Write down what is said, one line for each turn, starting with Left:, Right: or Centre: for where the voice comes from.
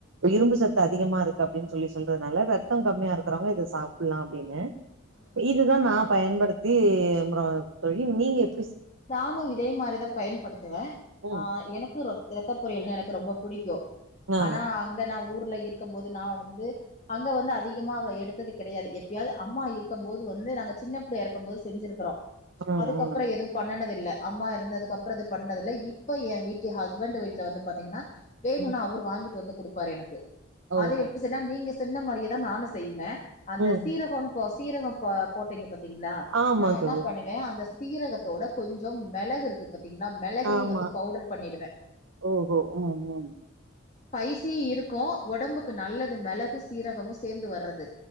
Right: இரும்பு சத்து அதிகமா இருக்கு அப்டின் சொல்லி சொல்றதுனால ரத்தம் கம்மியா இருக்கிறவங்க இத சாப்புலா அப்டின்னு
Left: ம்
Right: இதுதா நா பயன்படுத் தி அப்றோ தோழி நீங்க எப்
Left: நானு இதே மாரிதா பயன்படுத்துவே
Right: ம்
Left: ஆ எனக்கு ரத் ரத்த பொரியல்னா எனக்கு ரொம்ப புடிக்கூ
Right: ஆ
Left: ஆனா ங்க நா ஊர்ல இருக்கம் போது நா வந்து அங்க வந்து அதிகமா எடுத்தது கெடையாது எப் பயாது அம்மா இருக்கம் போது வந்து நாங்க சின்ன பிள்ளையா இருக்கம் போது செஞ்சிருக்கிறோ
Right: ஆ ம்
Left: அதுக்கப்றோ
Right: ம்
Left: எது பன்னது இல்ல அம்மா எறந்ததுக்கு அப்புறோ இது பண்றது இல்ல இப்ப ஏன் வீட்டு ஹஸ்பண்ட் வீட்ல வந்து பாத்தீங்கன்னா வேணுனா
Right: ம்
Left: அவுர் வாங்கிட்டு வந்து குடுப்பாரு எனக்கு
Right: ஓஹோ
Left: அத எப் ச்சனா நீங்க சொன்ன மாரியேதா நானு செய்வே அந்த
Right: ம்
Left: சீரகோ சீரகம் இப்போ போட்டீங்க பாத்தீங்களா
Right: ஆமா
Left: நா என்ன
Right: தோழி
Left: பண்ணுவே அந்த சீரகத்தோட கொஞ்சோ மிளகு இருக்கு பாத்தீங்கன்னா மிளகையு
Right: ஆமா
Left: வந்து பவுடர் பண்ணிடுவே
Right: ஓஹோ ம் ம்
Left: ஸ்பைசி இருக்கு உடம்புக்கு நல்லது மிளகு சீரகமு சேந்து வரது